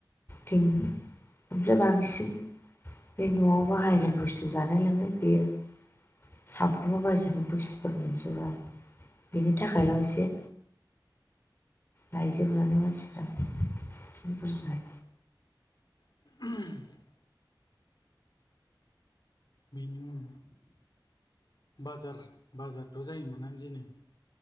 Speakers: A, on the left; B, on the left.
A: थिं ओमफ्राय बांसिन बे न'आव बाहायनाय
B: उम ए
A: बुस्थु जानाय लोंनाय फैयो। सामफ्रोमबो बायजोबनाय बुस्थुफोर मोनजोबा बिनि थाखायल' एसे बायजोबनानै मानसिफ्रा <inaudible>
B: <unintelligible> बिनि उन बाजार बाजारथ' जायोमोनना दिनै?